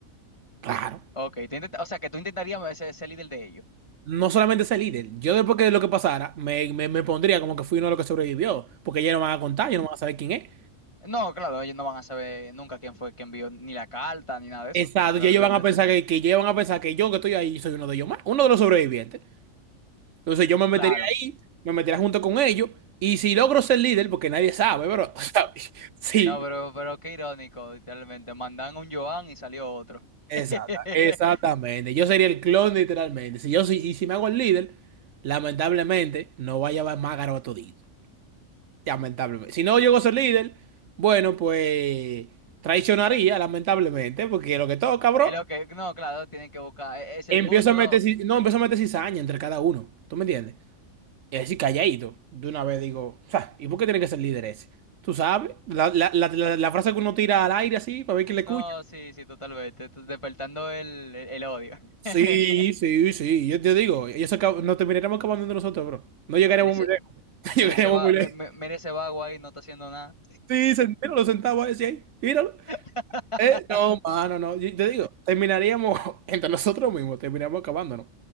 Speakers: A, on the right; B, on the left.
A: Claro.
B: Ok, tú intenta- o sea, que tú intentarías ser, ser líder de ellos.
A: No solamente ese líder, yo después que lo que pasara, me, me, me pondría como que fui uno de los que sobrevivió, porque ya no van a contar, ya no van a saber quién es.
B: No, claro, ellos no van a saber nunca quién fue quien envió ni la carta, ni nada de eso,
A: Exacto,
B: literalmente.
A: y ellos van a pensar que, que ellos van a pensar que yo que estoy ahí soy uno de ellos más, uno de los sobrevivientes. Entonces yo me metería
B: Claro.
A: ahí, me metería junto con ellos, y si logro ser líder, porque nadie sabe, bro, <laughs> ¿sabes? Sí,
B: No, pero, pero qué irónico, literalmente. Mandan un Joan y salió otro.
A: Exacta-
B: <laughs>
A: exactamente. Yo sería el clon literalmente. Si yo soy, y si me hago el líder, lamentablemente no va a llevar más garoto todito. Lamentablemente. Si no llego a ser líder, bueno, pues traicionaría, lamentablemente, porque lo que todo, cabrón,
B: Es lo que, no, claro, tienen que buscar, e- es el
A: empiezo
B: punto,
A: a meter,
B: ¿no?
A: ci- no, empiezo a meter cizaña entre cada uno. ¿Tú me entiendes? Y así calladito. De una vez digo, "Fa, ¿y por qué tiene que ser líder ese? Tú sabes, la, la, la, la la frase que uno tira al aire así, para ver quién le
B: No,
A: escucha.
B: sí, sí, totalmente, t- despertando el, el, el odio.
A: Sí,
B: <laughs>
A: sí, sí. Yo te digo, y eso acab- nos terminaremos acabando entre nosotros, bro. No llegaríamos
B: Mira ese,
A: muy lejos. <laughs> No llegaremos
B: mira ese va,
A: muy
B: mi-
A: lejos.
B: mi- mira ese vago ahí, no está haciendo nada.
A: Sí, se- míralo sentado ahí, sí, ahí, míralo.
B: <laughs>
A: Eh, no, mano, no. Yo te digo, terminaríamos <laughs> entre nosotros mismos, terminaríamos acabándonos.